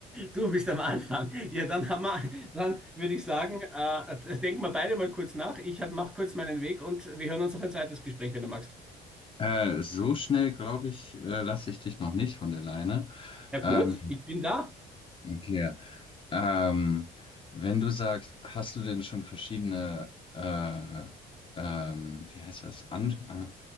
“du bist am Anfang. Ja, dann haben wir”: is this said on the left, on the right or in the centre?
Centre